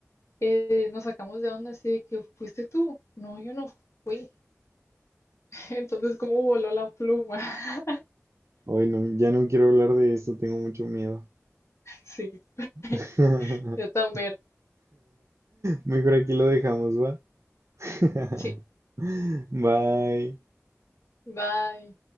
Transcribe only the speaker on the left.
eh, nos sacamos de onda así de que fuiste tú. No, yo no fui. Entonces, ¿cómo voló la pluma? <laughs>
Sí, <laughs>
yo también.
Sí,
bye.